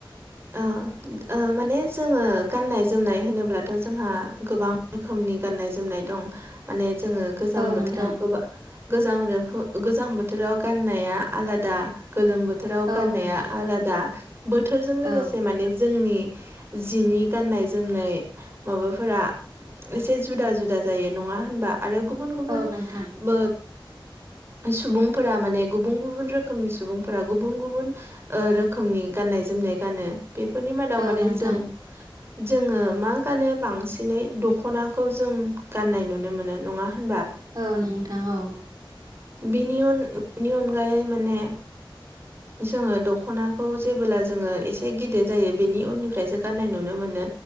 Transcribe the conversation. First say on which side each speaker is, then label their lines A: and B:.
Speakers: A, on the right; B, on the right.
A: <inaudible>
B: ओ ओ माने जोंङो गाननाय जोमनाय होनोब्लाथ' जोंहा गोबां खोमनि गाननाय जोमनाय दं। माने जोंङो गोजां
A: औ
B: बोथोराव
A: नोंथां
B: गोबां गोजां <unintelligible> गोजां बोथोराव गाननाया आलादा। गोलोम बोथोराव गाननाया
A: औ नोंथां
B: आलादा बोथोरजों लोगो
A: औ
B: माने जोंनि जिनि गाननाय जोमनाय माबाफोरा एसे जुदा जुदा जायो नङा होनबा आरो गुबुन गुबुन
A: औ नोंथां
B: ब सुबुंफोरा माने गुबुन गुबुन रोखोमनि सुबुंफोरा गुबुन गुबुन ओ रोखोमनि गाननाय जोमनाय गानो बेफोरनि मादाव
A: औ
B: माने जों
A: <inaudible>
B: जोंङो मा गानो बांसिनै दख'नाखौ जों गाननाय नुनो मोनो। नङा होनबा?
A: औ नोंथां औ
B: बिनि उन बिनि अनगायै माने जोंङो दख'नाखौ जेबोला जोंङो एसे ए गिदिर जायो बेनि उननिफ्रायसो गाननाय नुनो मोनो।